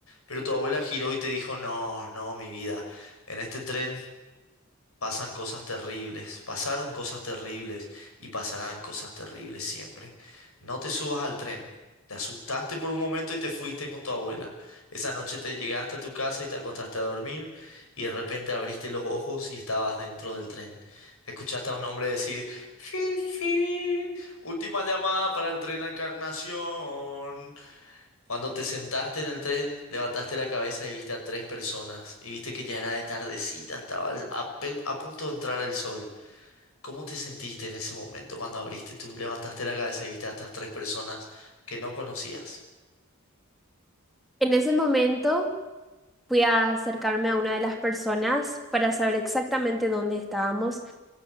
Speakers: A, on the left; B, in the centre.
A: Pero tu abuela giró y te dijo, no, no, mi vida, en este tren pasan cosas terribles, pasaron cosas terribles y pasarán cosas terribles siempre. No te subas al tren. Te asustaste por un momento y te fuiste con tu abuela. Esa noche te llegaste a tu casa y te acostaste a dormir y de repente abriste los ojos y estabas dentro del tren. Escuchaste a un hombre decir, "Fi, fi, última llamada para el tren a Encarnación. Cuando te sentaste en el tren, levantaste la cabeza y viste a tres personas y viste que ya era de tardecita, estaba al- a, pe- a punto de entrar el sol. ¿Cómo te sentiste en ese momento cuando abriste, tú levantaste la cabeza y viste a estas tres personas que no conocías?
B: En ese momento fui a acercarme a una de las personas para saber exactamente dónde estábamos.